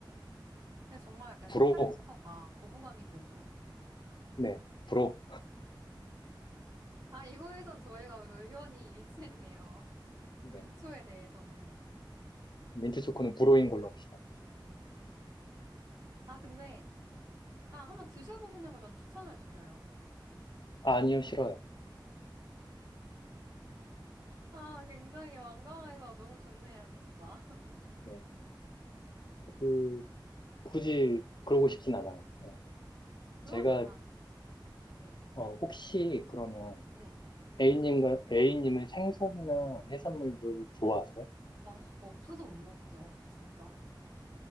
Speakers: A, on the right; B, on the left.
A: 그래서 정말 약간 색깔부터가
B: 불호.
A: 거부감이 들죠.
B: 네. 불호.
A: 아, 이거에선 저희가 그래도 의견이 일치했네요. <laughs>
B: 네.
A: 민초에 대해서는.
B: 민트 초코는 불호인 걸로 합시다.
A: 아, 근데, 아, 한번 드셔보시는 걸 전 추천을 드려요.
B: 아니요, 싫어요.
A: 아, 굉장히 완강해서 너무 좋네요, 진짜.
B: 네. 그, 굳이 그러고 싶진 않아요. 어,
A: <laughs> 그럼
B: 제가,
A: 약간, 네.
B: 어, 혹시 그러면
A: 네.
B: A님과, A님은 생선이나 해산물을 좋아하세요?
A: 어, 없어서 못 먹죠, 진짜.